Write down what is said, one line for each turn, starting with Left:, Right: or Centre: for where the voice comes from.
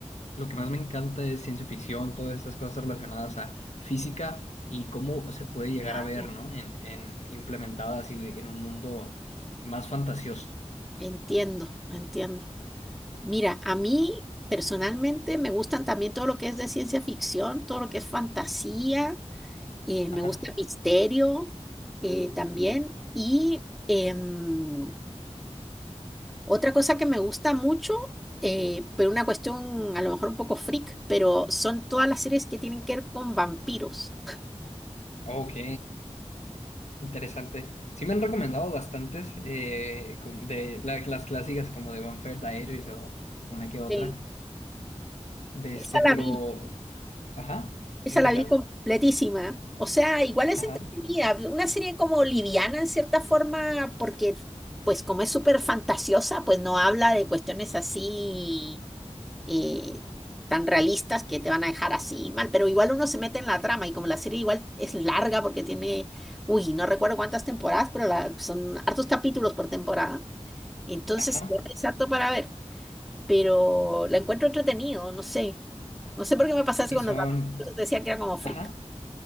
Left: lo que más me encanta es ciencia ficción, todas estas cosas relacionadas a física y cómo se puede llegar
Centre: ah,
Left: a ver, ¿no? En, en, implementadas así de- en un mundo más fantasioso.
Centre: Entiendo, entiendo. Mira, a mí personalmente me gustan también todo lo que es de ciencia ficción, todo lo que es fantasía. Eh, me
Left: Ajá.
Centre: gusta el misterio eh, también. Y em, otra cosa que me gusta mucho, eh, pero una cuestión a lo mejor un poco freak, pero son todas las series que tienen que ver con vampiros.
Left: Ok, interesante. Sí me han recomendado bastantes eh, com- de la- las clásicas como de Vampire Diaries o una que otra.
Centre: Sí,
Left: De
Centre: Esa
Left: este, pero...
Centre: la vi,
Left: Ajá.
Centre: esa
Left: ¿Y
Centre: la
Left: qué tal?
Centre: vi completísima. O sea, igual es
Left: Ajá.
Centre: entretenida, una serie como liviana en cierta forma, porque pues como es súper fantasiosa, pues no habla de cuestiones así eh, tan realistas que te van a dejar así mal, pero igual uno se mete en la trama y como la serie igual es larga porque tiene, uy, no recuerdo cuántas temporadas, pero la- son hartos capítulos por temporada, entonces
Left: Ajá.
Centre: igual es harto para ver, pero la encuentro entretenido, no sé, no sé por qué me pasa eso
Left: Y
Centre: con
Left: son...
Centre: los dramas, entonces decía que era como freak.
Left: Ajá.